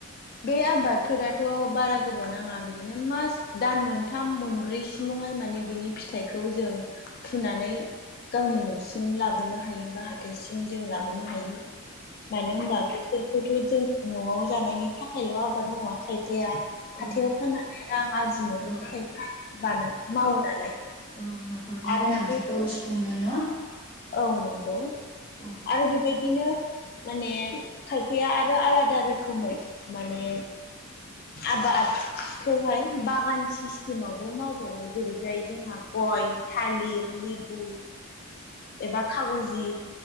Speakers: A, on the left; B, on the left.
A: बे आबादफोराथ' बारा गोबाव नाङा बिदिनो मास दान मोन थाम मोनब्रै सिमावहाय माने बिनि फिथाइखौ जों फुनानै गावनि न'सिम लाबोनो हायो बा हाथाइसिम जों लाबोनो हायो। मानो होनबा बेफोरखौथ' जों न'आव जानायनि थाखायल' आबाद मावा खायफाया
B: औ
A: हाथायाव फाननानै रां आरजिनोबो
B: औ
A: थाखाय मावो नालाय।
B: औ न'खरनि
A: आरो
B: गोनांथिखौ
A: बे
B: सुफुंनो न।
A: औ नंगौ
B: औ
A: आरो बेबायदिनो माने खायफाया आरो आलादा रोखोमै माने आबादखौहाय बागान सिस्टेमावबो मावबावो जेरै जाय जोंहा गय थालिर लिबु एबा खागजि